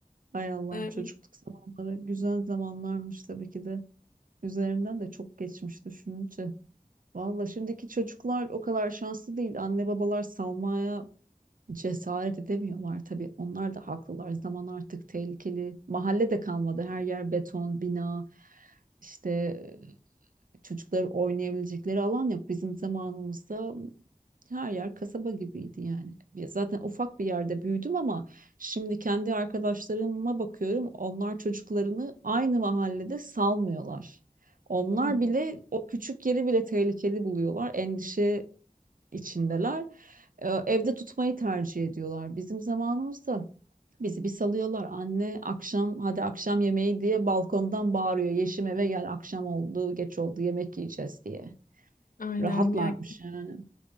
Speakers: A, on the right; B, on the left.
A: Hay Allah'ım
B: Evet.
A: çocukluk zamanları güzel zamanlarmış tabii ki de. Üzerinden de çok geçmiş düşününce. Valla şimdiki çocuklar o kadar şanslı değil. Anne babalar salmaya cesaret edemiyorlar tabii. Onlar da haklılar. Zaman artık tehlikeli. Mahalle de kalmadı. Her yer beton, bina. İşte çocuklar oynayabilecekleri alan yok. Bizim zamanımızda her yer kasaba gibiydi yani. Ya Zaten ufak bir yerde büyüdüm ama şimdi kendi arkadaşlarıma bakıyorum. Onlar çocuklarını aynı mahallede salmıyorlar. Onlar
B: Hı.
A: bile o küçük yeri bile tehlikeli buluyorlar. Endişe içindeler. Ee, evde tutmayı tercih ediyorlar. Bizim zamanımızda bizi bir salıyorlar. Anne akşam hadi akşam yemeği diye balkondan bağırıyor. Yeşim eve gel akşam oldu, geç oldu yemek yiyeceğiz diye.
B: Aynen
A: Rahatlarmış
B: ya.
A: yani.